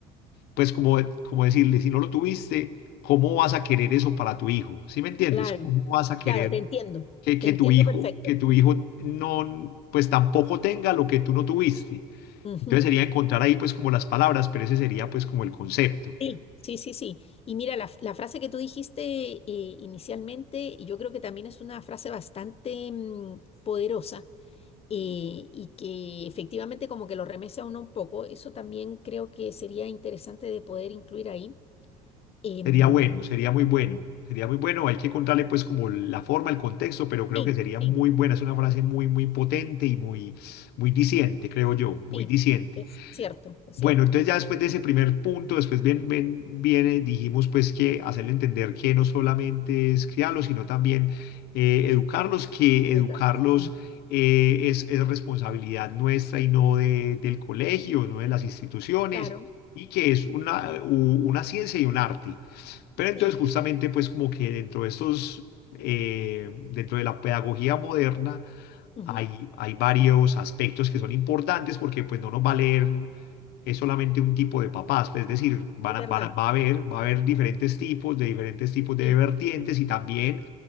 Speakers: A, on the left; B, on the left.
A: pues como, como decirle, si no lo tuviste, ¿cómo vas a querer eso para tu hijo? ¿Sí me entiendes?
B: claro,
A: ¿Cómo vas a querer
B: claro, te entiendo,
A: que, que
B: te entiendo
A: tu hijo,
B: perfecto.
A: que tu hijo no, pues tampoco tenga lo que tú no tuviste?
B: Ujú.
A: Entonces sería encontrar ahí pues como las palabras, pero ese sería pues como el concepto.
B: Sí, sí, sí, sí. Y mira, la, la frase que tú dijiste eh, inicialmente, y yo creo que también es una frase bastante mm, poderosa eh, y que efectivamente como que lo remece a uno un poco. Eso también creo que sería interesante de poder incluir ahí. Em,
A: Sería bueno, sería muy bueno, sería muy bueno. Hay que contarle pues como la forma, el contexto, pero creo
B: sí,
A: que sería
B: sí,
A: muy buena. Es una frase muy, muy potente y muy, muy diciente, creo yo, muy
B: sí,
A: diciente.
B: es cierto, es
A: Bueno,
B: cierto.
A: entonces ya después de ese primer punto, después ven, ven- viene, dijimos pues que hacerle entender que no solamente es criarlos, sino también eh, educarlos, que
B: Educar,
A: educarlos
B: sí,
A: eh, es, es responsabilidad nuestra y no de- del colegio, no de las instituciones,
B: claro,
A: y que es una, u- una ciencia y un arte pero entonces
B: sí,
A: justamente pues como que dentro de estos, eh, dentro de la pedagogía moderna
B: ujú,
A: hay, hay varios aspectos que son importantes porque pues no nos va a leer es solamente un tipo de papás, pues, es decir, van
B: es
A: a-
B: verdad,
A: van a- va a haber, va a haber diferentes tipos, de diferentes tipos de
B: sí,
A: vertientes y también